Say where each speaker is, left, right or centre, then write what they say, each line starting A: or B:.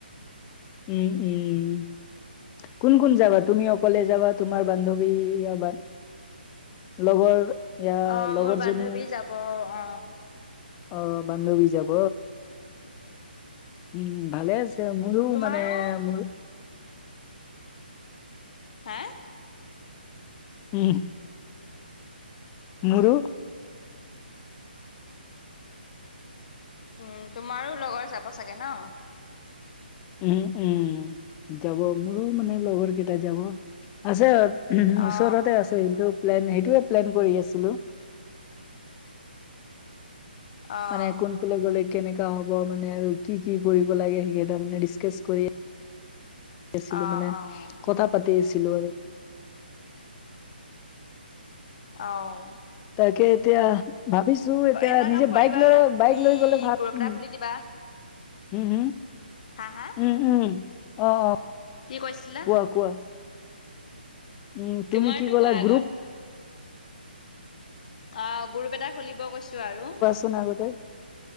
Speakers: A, on the left (about 20°); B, on the left (about 45°).
A: উম, উম। কোন কোন যাবা? তুমি অকলে যাবা? তোমাৰ বান্ধৱী <unintelligible> লগৰ। ইয়া
B: অ,
A: লগৰজনী
B: মোৰ বান্ধৱী যাব অ।
A: অ বান্ধৱী যাব? উম ভালে আছে মোৰো
B: তোমাৰো
A: মানে মোৰ
B: হে
A: উম, মোৰো
B: উম, তোমাৰো লগৰ যাব চাগে ন?
A: উম-উম যাব মোৰো মানে লগৰ কেইটা যাব আছে উমহ
B: অ
A: ওচৰতে আছে কিন্তু প্লেন সেইটোৱে প্লেন কৰি আছিলো।
B: অ
A: মানে কোনফালে গ'লে কেনেকা হ'ব মানে আৰু কি-কি কৰিব লাগে সেইকেইটা মানে ডিচকাচ কৰি আছিলো
B: অঁ
A: মানে
B: অঁ
A: কথা পাতি আছিলো আৰু।
B: অ
A: তাকে এতিয়া ভাবিছো এতিয়া
B: এটা
A: নিজে
B: কাম কৰিবা
A: বাইক লৈ
B: তুমি
A: বাইক লৈ গ'লে ভাল
B: গ্ৰুপ এটা
A: উম।
B: খুলি দিবা
A: হুম হুম,
B: হা হা
A: উম-উম, অ-অ
B: কি কৈছিলা?
A: পকুৱা? উম,
B: তোমাৰতো
A: তুমি কি কলা
B: কোৱা আগত
A: গ্ৰুপ
B: অ গ্ৰুপ এটা খুলিব কৈছো আৰু।
A: চোন আগতে